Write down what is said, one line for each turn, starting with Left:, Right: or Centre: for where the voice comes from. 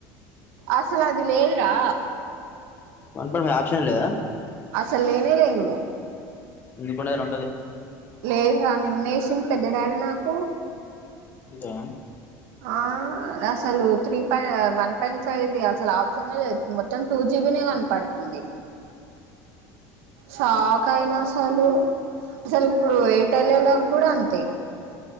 Right: అసలు అది లేదురా
Left: వన్ పాయింట్ ఫైవ్ ఆప్షన్ లేదా
Right: అసలు లేనే లేను
Left: <unintelligible> అటు ఉంటది
Right: లేదు రా నిన్న ఏసిండు పెద్దడాడీ నాకు
Left: దా
Right: ఆ అసలు త్రీ పా వన్ పాయింట్ ఫైది అసలు ఆప్షనే లేదు మొత్తం టూ జీబీ నే కనపడుతుంది షాక్ అయినా అసలు అసలు ఇప్పుడు ఎయిర్టెల్ అలోక్ కూడా అంతే